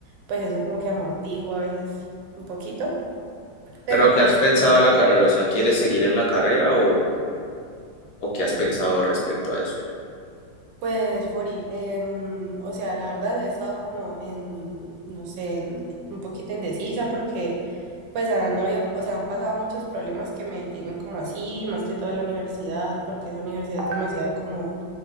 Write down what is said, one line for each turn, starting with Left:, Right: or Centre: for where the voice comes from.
Right: pues eso como que amortigua a veces un poquito, pero
Left: Pero ¿qué
Right: pues
Left: has pensado
Right: sí,
Left: de la carrera? O sea, ¿quieres seguir en la carrera o, o qué has pensado respecto a eso?
Right: Pues, Fori, em, o sea, la verdad he estado como en, no sé, en- un poquito indecisa porque pues han habido, o sea, han pasado muchos problemas que me tienen como así, más que todo la universidad, porque esa universidad es demasiado como